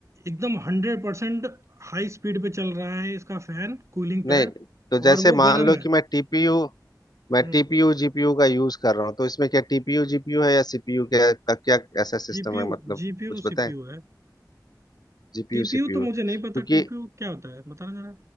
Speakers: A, on the right (about 40°); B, on the left (about 65°).
A: एकदम हंड्रेड परसेंट हाई स्पीड पे चल रहा है इसका फैन कूलिंग पैड
B: नहीं तो जैसे
A: और वो
B: मान
A: गर्म
B: लो
A: है
B: कि मैं टीपीयू मैं
A: हम्म
B: टीपीयू जीपीयू का यूज कर रहा हूँ तो इसमें क्या टीपीयू जीपीयू है या सीपीयू क्या का क्या ऐसा सिस्टम
A: जीपीयू
B: है मतलब
A: जीपीयू
B: कुछ बताएं
A: सीपीयू है
B: जीपीयू
A: टीपीयू
B: सीपीयू
A: तो मुझे
B: क्योंकि
A: नहीं पता टीपीयू क्या होता है बताना जरा